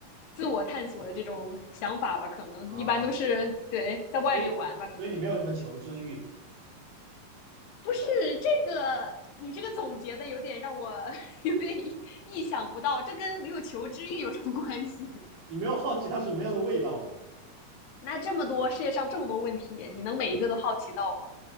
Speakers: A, on the left (about 85°); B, on the right (about 80°).
A: 自我探索的这种想法吧？可能一般都是对在外面玩吧？
B: 啊，去，所以所以你没有什么求知欲，
A: 可能不是这个，你这个总结的有点让我 <laughs> 有点意想不到，这跟没有求知欲有什么关系？
B: 你没有好奇它什么样的味道吧？
A: 那这么多世界上这么多问题，你能每一个都好奇到吗？